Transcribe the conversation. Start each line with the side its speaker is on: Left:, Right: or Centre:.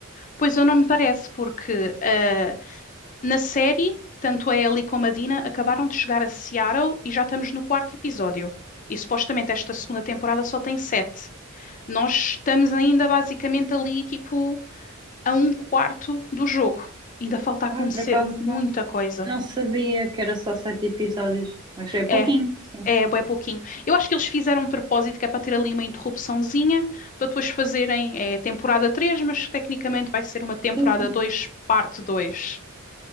Left: Pois eu não me parece, porque eh, na série, tanto a Ellie como a Dina acabaram de chegar a Seattle e já estamos no quarto episódio. E supostamente esta segunda temporada só tem sete. Nós estamos ainda basicamente ali, tipo. a um quarto do jogo. Ainda falta
Right: Ai,
Left: acontecer
Right: por acaso
Left: muita
Right: não,
Left: coisa.
Right: não sabia que era só sete episódios, mas é pouquinho,
Left: É,
Right: sim.
Left: é bem pouquinho. Eu acho que eles fizeram um propósito que é para ter ali uma interrupçãozinha, para depois fazerem é, temporada três mas tecnicamente vai ser uma temporada
Right: sim, sim.
Left: dois parte dois